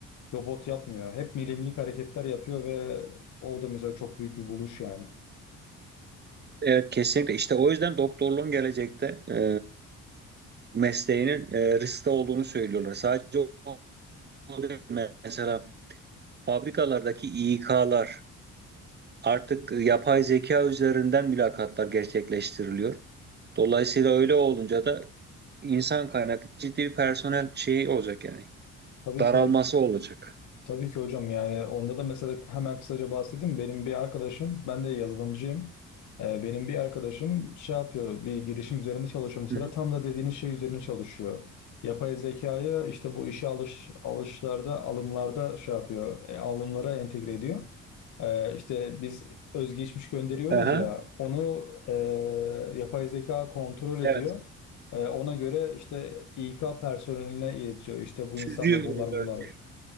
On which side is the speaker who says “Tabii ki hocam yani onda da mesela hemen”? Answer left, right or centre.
Left